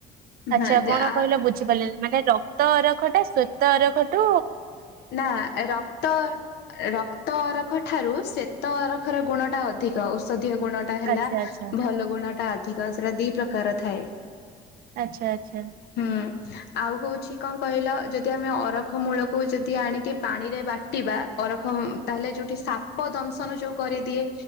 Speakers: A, on the right; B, on the left.
A: ଆଚ୍ଛା
B: ହଁ
A: କଣ
B: ଯେ ଆ
A: କହିଲ ବୁଝିପାରିଲି ମାନେ ରକ୍ତ ଅରଖ ଟା ସ୍ୱେତ ଅରଖ ଠୁ
B: ନା ରକ୍ତ, ରକ୍ତ ଅରଖ ଠାରୁ ସେ ତ ଅରଖର ଗୁଣ ଟା ଅଧିକ ଓଷଧିଅ ଗୁଣ ଟା ହେଲା
A: ଆଚ୍ଛା ଆଚ୍ଛା
B: ଭଲ ଗୁଣ ଟା ଅଧିକ। ତ ସେଟା ଦି ପ୍ରକାର ଥାଏ।
A: ଆଛା ଆଚ୍ଛା
B: ହୁଁ ଆଉ ହଉଛି କଣ କହିଲ ଯଦି ଆମେ ଅରଖ ମୂଳକୁ ଯଦି ଆଣିକି ପାଣି ରେ ବାଟିବା ଅରଖ ତାହେଲେ ଯୋଉଠି ସାପ ଦଂଶନ ଯୋଉ କରିଦିଏ